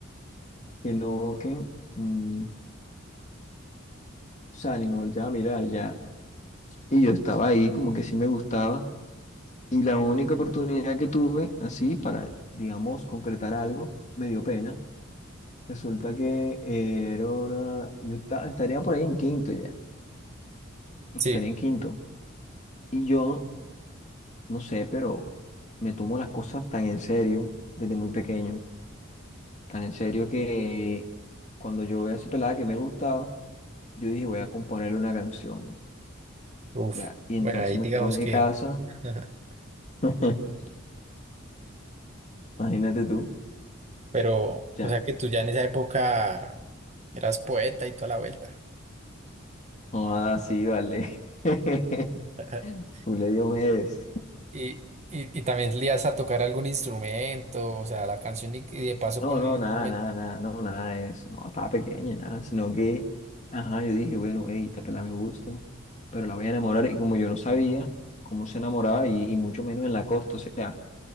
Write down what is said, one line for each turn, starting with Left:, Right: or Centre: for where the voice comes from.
Left: que no, que, mm, o sea, ni me volteaba a mirar ya. Y yo estaba ahí, como que sí me gustaba, y la única oportunidad que tuve, así, para, digamos, concretar algo, me dio pena. Resulta que eh, era una... Yo esta- estaría por ahí en quinto ya. Estaría
Right: Sí,
Left: en quinto. Y yo, no sé, pero me tomo las cosas tan en serio, desde muy pequeño, tan en serio que cuando yo veía a esa pelada que me gustaba, yo dije, voy a componerle una canción.
Right: uf,
Left: Ya. Y entonces
Right: bueno, ahí
Left: me
Right: digamos
Left: fui a mi
Right: que,
Left: casa.
Right: <laughs>
Left: <laughs> Imagínate tú.
Right: pero,
Left: Ya.
Right: o sea que tú ya en esa época eras poeta y toda la vuelta.
Left: No, así, vale. <laughs>
Right: <laughs>
Left: Julio Diomedes.
Right: Y, y, y también le ibas a tocar algún instrumento, o sea, la canción y, y de paso
Left: No,
Right: con el
Left: no,
Right: instrumento,
Left: nada, nada, nada, no, nada de eso, no, estaba pequeña, nada, sino que, ajá, yo dije, bueno, hey, esta pelada me gusta, pero la voy a enamorar, y como yo no sabía cómo se enamoraba, y, y mucho menos en la costa, o sea,